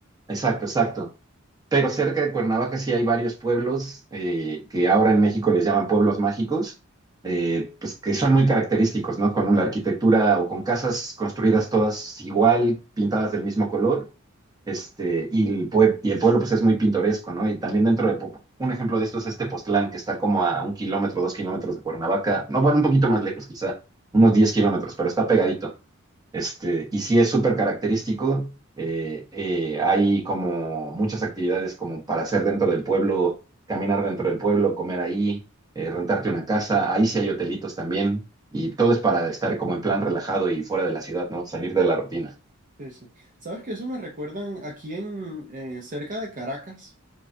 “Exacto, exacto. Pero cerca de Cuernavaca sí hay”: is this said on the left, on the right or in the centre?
Right